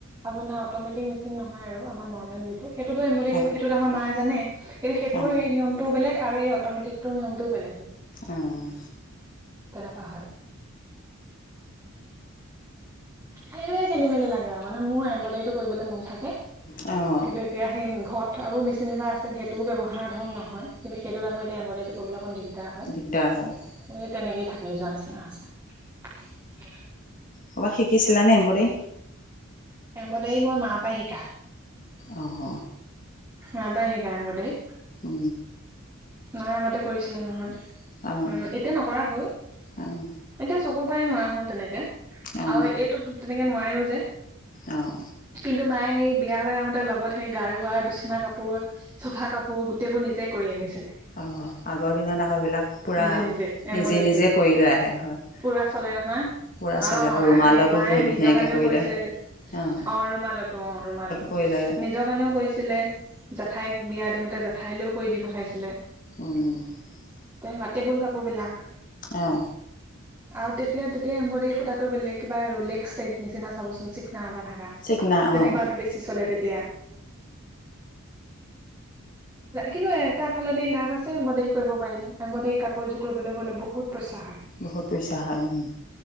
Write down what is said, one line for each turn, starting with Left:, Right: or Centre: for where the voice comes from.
Right: আপোনাৰ অটমেটিক মেচিন নহয় আৰু আমাৰ নৰ্মেল যিটো। সেইটোতো এমব্ৰয়ডাৰী
Left: হয়
Right: কৰিব সেইটোত আমাৰ মায়ে জানে। কিন্তু সেইটোৰ
Left: অঁ
Right: সেই নিয়মটো বেলেগ আৰু এই অট'মেটিকটোৰ নিয়মটোও বেলেগ হয়।
Left: অ'।
Right: তেনেকুৱা হয়। সেইটোয়ে খেলি মেলি লাগে আৰু মানে মোৰ এম্ব্ৰয়ডাৰীটো কৰিবলৈ মন থাকে।
Left: অ'।
Right: কিন্তু এতিয়া সেই ঘৰত আৰু মেচিন এটা আছে সেইটোও ব্যৱহাৰ ধং নহয়, কিন্তু সেইটো আক' এতিয়া এম্ব্ৰয়ডাৰীটো কৰিবলৈ অকন দিগদাৰ হয়,
Left: দিগদাৰ হয়
Right: সেই তেনেকেই থাকি যোৱা নিচিনা হৈছে।
Left: ক'ৰবাত শিকিছিলানে এম্বডায়ী?
Right: এম্ব্ৰডায়ী মই মা পা শিকা।
Left: অঁ
Right: মা পা শিকা এম্বডায়ী?
Left: উ।
Right: মাই আগতে কৰিছিলে নহয়। উ,
Left: অঁ
Right: এতিয়া নকৰা হ'ল। এতিয়া
Left: অঁ
Right: চকুৰপায়ে নোৱাৰা হ'ল তেনেকে।
Left: অঁ
Right: আৰু এইটোত তেনেকে নোৱাৰেও যে।
Left: অঁ
Right: কিন্তু মায়ে সেই বিয়া হৈ আহোতে লগত সেই গাৰু ৱাৰ, বিচনা কাপোৰ, চফা কাপোৰ, গোটেই বোৰ নিজে কৰি আনিছিলে।
Left: অ', আগৰ দিনত আকৌ সেইবিলাক পুৰা
Right: নিজে নিজে এম্ব্ৰইডাৰী
Left: নিজে নিজে কৰি লৈ আহে হয়।
Right: পুৰা চলে নহয়।
Left: পূৰা
Right: অ',
Left: চলে আকৌ ৰুমালতো
Right: হেই মায়ে
Left: বহুত
Right: নিজৰ
Left: ধুনীয়াকৈ
Right: কাৰণেও
Left: কৰি
Right: কৰিছে।
Left: লয়
Right: অ',
Left: অঁ
Right: ৰুমালতো, অ', ৰুমালতো।
Left: কৰি লয়
Right: নিজৰ কাৰণেও কৰিছিলে। জেঠাইক বিয়া দিওঁতে জেঠাইলৈও কৰি দি পঠাইছিলে।
Left: অ'।
Right: তেনেকুৱা টেবুল কাপোৰ বিলাক।
Left: অ'।
Right: আৰু তেতিয়া, তেতিয়া এম্ব্ৰইডায়ী সূতাটো বেলেগ কিবা ৰোলেক্স টাইপ নিচিনা চাবচোন <unintelligible> ভাড়া।
Left: চিকনা
Right: তেনেকুৱাটো
Left: অঁ
Right: বেছি চলে তেতিয়া। কিন্তু এ, তাৰ ফালদি লাভ পিছে এমবদায়ী কৰিব পাৰিলে। এমবদায়ী কাপোৰ এযোৰ কৰিবলৈ গ'লে বহুত পইচা হয়
Left: বহুত পইচা হয়, উ।